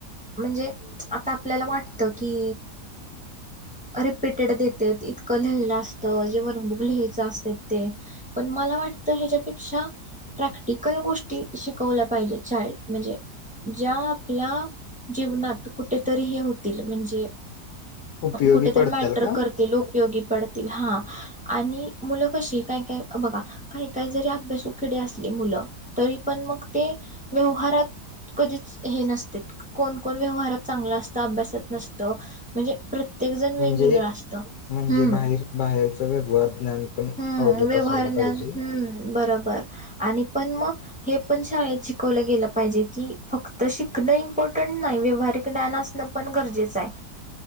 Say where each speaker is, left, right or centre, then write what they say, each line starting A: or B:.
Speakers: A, in the centre; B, on the left.
A: म्हणजे आता आपल्याला वाटतं की रिपीटेड देत इतकं लिहिलं असतं जेवनबुक लिहायचं असत ते पण मला वाटतं ह्याच्यापेक्षा प्रॅक्टिकल गोष्टी शिकवल्या पाहिजेत शाळेत म्हणजे ज्या आपल्या जीवनात कुठेतरी हे होतील म्हणजे
B: उपयोगी
A: कुठेेत
B: पडतील
A: मॅटर
B: का
A: करतील उपयोगी पडतील हा आणि मुलं कशी काय काय बघा काही काय जरी अभ्यासूकिडे असले मुलं तरी पण मग ते व्यवहारात कधीच हे नसते कोणकण व्यवहारात चांगलं असतं अभ्यासात नसतं म्हणजे प्रत्येक जण वेगवेगळं
B: म्हणजे
A: असतं
B: म्हणजे
A: हम्म
B: बाहेर बाहेरच व्यवहार ज्ञान पण
A: हम्म
B: अवगत
A: व्यवहार
B: असायला
A: ज्ञान
B: पाहिजे
A: हम्म बरोबर आणि पण मग हे पण शाळेत शिकवलं गेलं पाहिजे की फक्त शिकणं इम्पॉर्टंट नाही व्यवहारिक ज्ञान असणं पण गरजेचं आहे